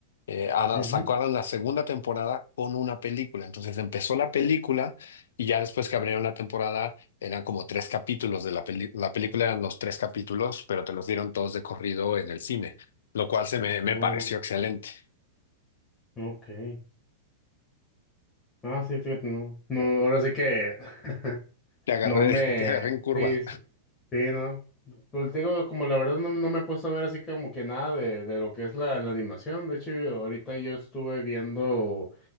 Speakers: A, on the left; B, on the left.
A: eh, Ada-
B: ujú.
A: sacaron la segunda temporada con una película. Entonces empezó la película y ya después que abrieron la temporada eran como tres capítulos de la peli- la película eran los tres capítulos, pero te los dieron todos de corrido en el cine, lo cual se me me
B: Oh,
A: pareció excelente.
B: ok. Ah, sí, fíjate, no. No, ahora sí que <laughs>
A: Te agarré,
B: no me.
A: <laughs> te agarré en curva.
B: Sí, sí, sí, no. Pues te digo, como la verdad no, no me he puesto a ver así como que nada de, de lo que es la, la animación. De hecho, yo- ahorita yo estuve viendo,